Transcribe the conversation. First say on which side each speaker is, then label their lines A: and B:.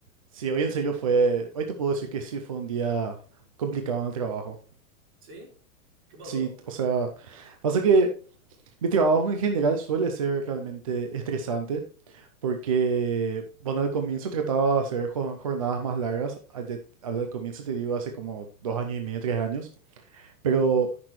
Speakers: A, on the right (about 25°); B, on the right (about 45°).
A: Sí, hoy en serio fue, hoy te puedo decir que sí fue un día complicado en el trabajo.
B: ¿Sí? ¿Qué pasó?
A: Sí, o sea, pasa que mi trabajo en general suele ser realmente estresante porque, bueno, al comienzo trataba de hacer jo- jornadas más largas, allá- al, al comienzo te digo hace como dos años y medio, tres años, pero